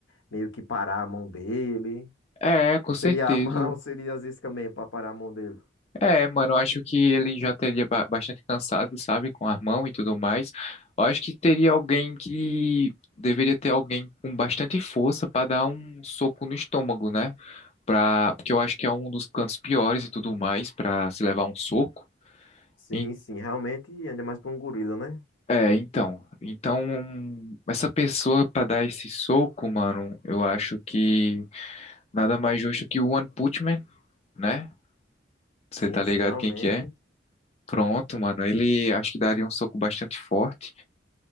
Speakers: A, on the left; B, on the left.
A: meio que parar a mão dele?
B: é, com
A: Ou
B: certeza.
A: seria, a- mão- <laughs> ou seria às vezes também pra parar a mão dele?
B: É, mano, eu acho que ele já teria ba- bastante cansado, sabe, com a mão e tudo mais. Eu acho que teria alguém que deveria ter alguém com bastante força para dar um soco no estômago, né? pra, porque eu acho que é um dos cantos piores e tudo mais pra se levar um soco.
A: Sim,
B: En-
A: sim, realmente, ainda mais pra um gorila, né?
B: É, então, então um, essa pessoa pra dar esse soco, mano, eu acho que nada mais justo que o One Punch Man, né? Você
A: Sim,
B: tá ligado
A: sim, realmente.
B: quem que é? Pronto, mano, ele acho que daria um soco bastante forte.